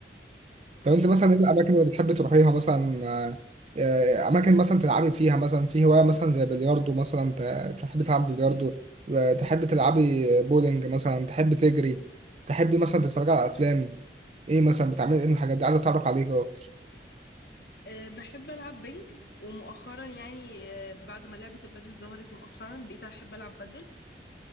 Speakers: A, on the right; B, on the left.
A: طب انت مثلا ايه الاماكن اللي بتحب تروحيها مثلا آه، آه، اماكن مثلا تلعبي فيها مثلا في هوايه مثلا زي بلياردو مثلا ت- تحبي تلعبي بلياردو آه، تحبي تلعبي بولينج مثلا تحبي تجري تحبي مثلا تتفرجي على افلام ايه مثلا بتعملي ايه من الحاجات دي عايز اتعرف عليك اكتر
B: أه بحب العب بنج ومؤخرا يعني أه بعد ما لعبة البادل ظهرت مؤخرا بقيت احب العب بادل